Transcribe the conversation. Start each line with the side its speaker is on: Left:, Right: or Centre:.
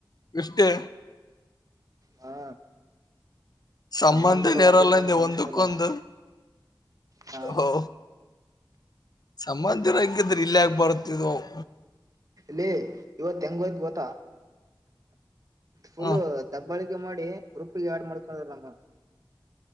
Left: ಇಷ್ಟೇ
Right: ಹಾ
Left: ಸಂಬಂಧನೇರಲ್ಲಂದ್ಯಾ
Right: ಸಂಬಂಧ ಇಲ್ಲ ಒಂದಕ್ ಒಂದ್ ಸಂಬಂಧ
Left: ಒಂದಕ್ಕೊಂದ
Right: ಇಲ್ಲ ಅವು ಹಾ
Left: ಹ. ಸಂಬಂಧೀರ್ ಹಂಗಿದ್ರ ಇಲ್ಯಾಕ್ ಬರ್ತಿದ್ ಅವ್.
Right: ಲೇ ಇವತ್ತ ಹೆಂಗ ಹೋಯ್ತ ಗೊತ್ತಾ. ಫುಲ್ಲು
Left: ಹಾ
Right: ದಬ್ಬಾಳಿ <unintelligible> ಮಾಡಿ ಗ್ರೂಪಿಗೆ ಆಡ್ ಮಾಡ್ಕೊರ್ ನಮ್ಮನ್.